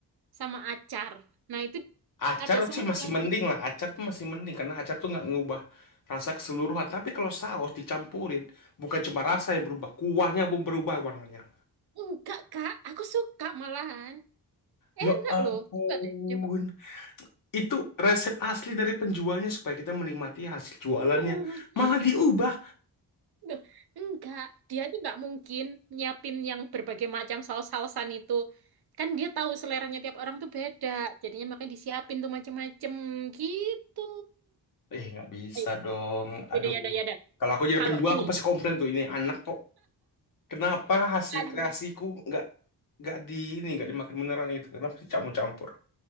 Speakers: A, on the right (about 65°); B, on the left (about 50°).
A: sama acar. Nah, itu
B: acar
A: ada semua.
B: sih masih mending
A: Jadi
B: lah. Acar tuh masih mending karena acar tuh nggak ngubah rasa keseluruhan. Tapi kalau saus dicampurin, bukan cuma rasa yang berubah, kuahnya pun berubah warnanya.
A: Loh, enggak, Kak. Aku suka malahan.
B: Ya
A: Enak
B: ampun.
A: loh. Coba deh, coba.
B: Itu resep asli dari penjualnya supaya kita menikmati hasil jualannya.
A: <laughs>
B: Malah diubah.
A: Loh, enggak. Dia itu enggak mungkin nyiapin yang berbagai macam saus-sausan itu. Kan dia tahu seleranya tiap orang tuh beda. Jadinya makanya disiapin tuh macem-macem gitu.
B: Eh, nggak bisa
A: Ayo,
B: dong. Aduh.
A: yaudah, yaudah, yaudah.
B: Kalau aku jadi
A: Kalau
B: penjual,
A: ini,
B: aku pasti komplain tuh. Ini anak kok. Kenapa hasil
A: kan,
B: kreasiku nggak nggak di ini nggak dimakan beneran itu? Kenapa sih campur-campur?